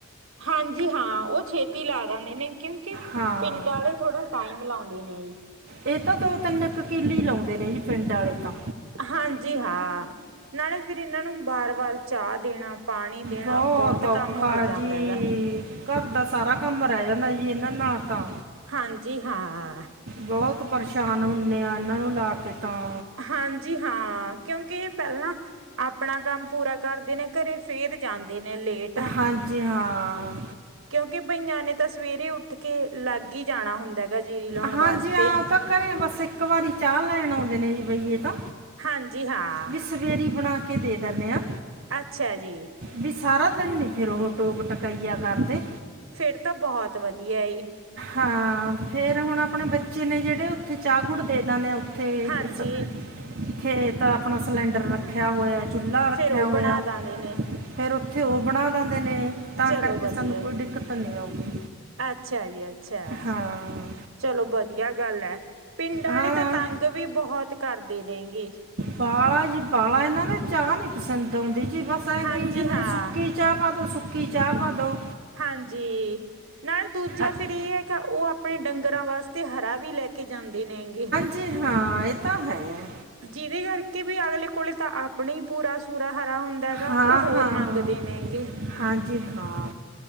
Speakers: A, on the right; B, on the right.
A: ਹਾਂਜੀ ਹਾਂ ਉਹ ਛੇਤੀ ਲਾ ਰਹਨੇ ਨੇ ਕਿਉਂਕਿ
B: ਹਾਂ
A: ਪਿੰਡ ਵਾਲੇ ਥੋੜਾ ਟਾਈਮ ਲਾਉਂਦੇ ਨੇ।
B: ਇਹ ਤਾਂ ਦੋ ਤਿੰਨ ਕ ਕਿਲੇ ਲਾਉਂਦੇ ਨੇ ਪਿੰਡ ਆਲੈ ਤਾਂ।
A: ਹਾਂਜੀ ਹਾ ਨਾਲੇ ਫਿਰ ਇਹਨਾਂ ਨੂੰ ਵਾਰ ਵਾਰ ਚਾਹ ਦੇਣਾ ਪਾਣੀ ਦੇਣਾ
B: ਬਹੌਤ
A: ਬਹੁਤ
B: ਔਖਾ
A: ਕੰਮ ਹੋ ਜਾਂਦਾ
B: ਜੀ।
A: ਹੈਗਾ।
B: ਘਰ ਦਾ ਸਾਰਾ ਕੰਮ ਰਹਿ ਜਾਂਦਾ ਜੀ ਇਹਨਾਂ ਨਾਲ ਤਾਂ।
A: ਹਾਂਜੀ ਹਾਂ।
B: ਬਹੁਤ ਪਰੇਸ਼ਾਨ ਹੁੰਦੇ ਆ ਇਹਨਾਂ ਨੂੰ ਲਾ ਕੇ ਤਾਂ।
A: ਹਾਂਜੀ ਹਾਂ ਕਿਉਂਕਿ ਇਹ ਪਹਿਲਾਂ ਆਪਣਾ ਕੰਮ ਪੂਰਾ ਕਰਦੇ ਨੇ ਘਰੇ ਫੇਰ। ਜਾਂਦੇ ਨੇ ਲੇਟ ਆ।
B: ਹਾਂਜੀ ਹਾਂ
A: ਕਿਉਂਕਿ ਬਈਆਂ ਨੇ ਤਾਂ ਸਵੇਰੇ ਉੱਠ ਕੇ ਲੱਗ ਹੀ ਜਾਣਾ ਹੁੰਦਾ। ਹੈਗਾ ਜੀਰੀ ਲਾਉਣ
B: ਹਾਂਜੀ
A: ਵਾਸਤੇ।
B: ਆ ਤਾਂ ਘਰੇ ਬਸ ਇੱਕ ਵਾਰੀ ਚਾਹ ਲੈਣ ਆਉਂਦੇ ਨੇ ਜੀ ਬਹੀਏ ਤਾਂ।
A: ਹਾਂਜੀ ਹਾਂ।
B: ਵੀ ਸਵੇਰੀ ਬਣਾ ਕੇ ਦੇ ਦੇਣੇ ਆ।
A: ਅੱਛਾ ਜੀ।
B: ਵੀ ਸਾਰਾ ਦਿਨ ਨੀ ਫੇਰ ਉਹ ਟੋਕ ਟੋਕਾਈਆ ਕਰਦੇ।
A: ਫੇਰ ਤਾਂ ਬਹੋਤ ਵਧੀਆ ਇਹ।
B: ਹਾਂ ਫੇਰ ਹੁਣ ਆਪਣੇ ਬੱਚੇ ਨੇ ਜੇਹੜੇ, ਉੱਥੇ ਚਾਹ ਗੁੜ ਦੇ ਦੇਨੇ ਆਂ ਕਿੱਥੇ
A: ਹਾਂਜੀ-ਹਾਂਜੀ।
B: <unintelligible> ਖੇਤ ਆਪਣਾ ਸਿਲੰਡਰ ਰੱਖਿਆ ਹੋਇਆ ਏ, ਚੁੱਲਾ ਰੱਖਿਆ
A: ਫੇਰ ਉਹ
B: ਹੋਇਆ।
A: ਬਣਾ ਦਾਂਦੇ ਨੇ,
B: ਫਿਰ ਉੱਥੇ ਉਹ ਬਣਾ ਦੇਂਦੇ ਨੇ, ਤਾਂ
A: ਚਲੋ
B: ਕਰਕੇ
A: ਵਧੀਆ,
B: ਸਾਨੂੰ ਕੋਈ ਦਿੱਕਤ ਨਹੀਂ ਆਉਂਦੀ।
A: ਅੱਛਾ ਜੀ ਅੱਛਾ,
B: ਹਾਂ
A: ਚਲੋ ਬਧ ਵਧੀਆ ਗੱਲ ਐ, ਪਿੰਡਾਂ
B: ਹਾਂ
A: ਆਲੇ
B: ਹਾਂ
A: ਤਾਂ ਤੰਗ ਵੀ ਬਹੋਤ ਕਰਦੇ ਨੇ ਗੇ।
B: ਬਾਲਾ ਜੀ ਬਾਲਾ, ਏਹਨਾਂ ਨੇ ਚਾਹ ਨੀ ਪਸੰਦ ਆਉਂਦੀ ਜੀ, ਬਸ ਐ
A: ਹਾਂਜੀ
B: ਕਹੀ ਜਾਂਦੇ
A: ਹਾਂ
B: ਨੇ ਸੁੱਕੀ ਚਾਹ ਪਾਦੋ ਸੁੱਕੀ, ਚਾਹ ਪਾਦੋ।
A: ਹਾਂਜੀ, ਨਾਲੇ ਦੂਜਾ
B: ਅ-
A: ਫਿਰ ਇਹ ਹੈ ਕਿ, ਉਹ ਆਪਣੇ ਡੰਗਰਾਂ ਵਾਸਤੇ ਹਰਾ ਵੀ ਲੈ ਕੇ ਜਾਂਦੇ ਨੇ ਹੈਗੇ।
B: ਜੀ ਹਾਂ, ਐ ਤਾਂ ਹੈ।
A: ਜਿਅਦੇ ਕਰਕੇ ਵੀ ਅਗਲੇ ਕੋਲੇ ਤਾਂ ਆ ਪਣੇ ਈ ਪੂਰਾ ਸੂਰਾ ਹਰਾ ਹੁੰਦਾ ਹੈਗਾ,
B: ਹਾਂ
A: ਉਹ ਹੋਰ
B: ਹਾਂ
A: ਮੰਗਦੇ ਨੇ ਹੈਗੇ।
B: ਹਾਂਜੀ ਹਾਂ।